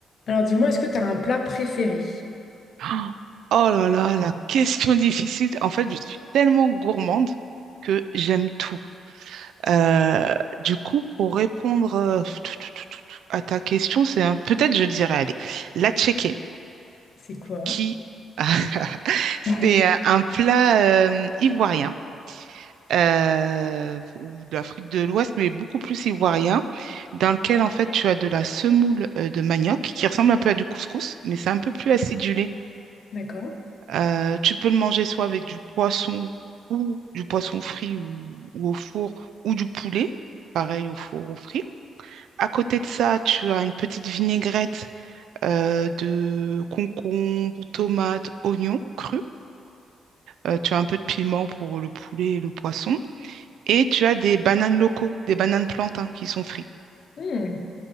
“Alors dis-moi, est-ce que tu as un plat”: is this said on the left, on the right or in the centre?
Left